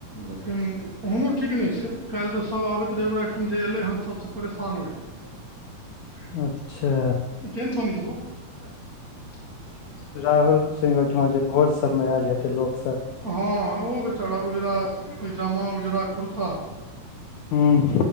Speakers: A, on the right; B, on the left.
A: लेकिन ओहनो ठीक नै छै काल्हि तऽ सब आबैत रहै ओकरा अईठाम जे एलै हन सबसे परेशान <unintelligible>
B: अच्छा
A: ह। <unintelligible>
B: राहुल सिंह ओहिठमा जे भोज सबमे आएल हेतै लोक सब।
A: हँँ ओ बेचारा उज़रा पैजामा उजरा कुर्ता।
B: हूँ।